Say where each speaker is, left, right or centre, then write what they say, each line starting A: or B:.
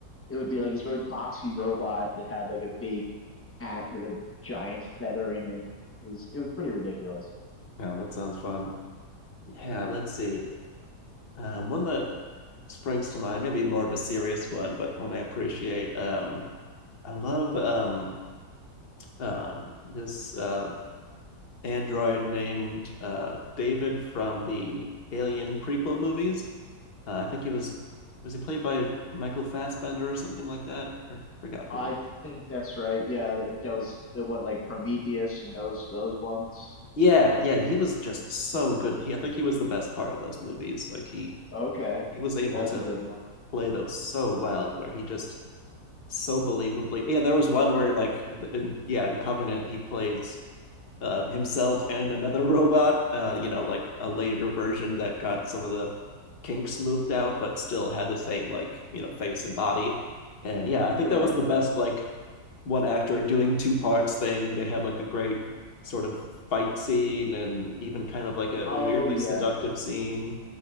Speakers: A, on the left; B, on the left.
A: it would be like this really boxy robot that had like a big hat with a giant feather in it. It was it was pretty ridiculous.
B: Oh, that sounds fun. Yeah, let's see. Um, one that springs to mind, maybe more of a serious one, but one I appreciate. Um, I love um, um, this uh, android named uh, David from the Alien prequel movies. Uh, I think he was was he played by Michael Fassbender or something like that? Or forgot
A: I
B: who.
A: think that's right. Yeah, that was the- what like Prometheus and those those ones.
B: Yeah, yeah, and he was just so good. He, I think he was the best part of those movies. Like he
A: Okay.
B: he was able
A: That's
B: to
A: a good one.
B: play those so well, where he just so believably. Yeah, there was one where like th- in yeah in Covenant he plays um, himself and another <laughs> robot. Uh, you know, like a later version that got some of the kinks moved out, but still had the same like you know face and body. And yeah, I
A: Sure.
B: think that was the best like one actor doing two parts thing. They had like a great sort of fight scene and even kind of like a,
A: Oh
B: a weirdly
A: yeah.
B: seductive scene.